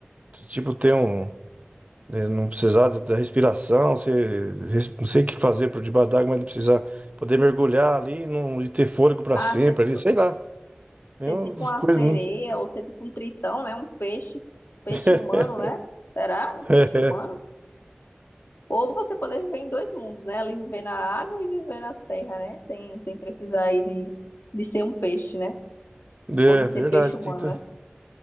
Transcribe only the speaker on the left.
ah,
ser tipo,
ser
tipo uma
sereia
ou ser tipo um tritão, né? Um peixe, peixe
humano, né? Será? Um peixe
humano? Ou você poder viver em dois mundos, né? Ali viver na água e viver na terra, né? Sem, sem precisar aí de, de ser um peixe, né?
Ou de ser
peixe humano,
né?